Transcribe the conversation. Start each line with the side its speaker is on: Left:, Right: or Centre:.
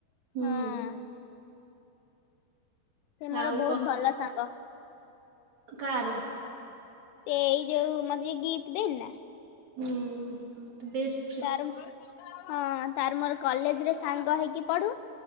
Right: ହୁଁ।
Left: ହଁ ସେ ମୋର
Right: ଆଉ
Left: ବହୁତ ଭଲ ସାଙ୍ଗ।
Right: କା ର
Left: ଏଇ ଯୋଉ ମତେ ଗିଫ୍ଟ ଦେଇନି ନା
Right: ହୁଁ ଉଁ ବେସ୍‌
Left: ତାର ହୁଁ ହଁ ତାର ମୋର କଲେଜ ରେ ସାଙ୍ଗ ହେଇକି ପଢୁ।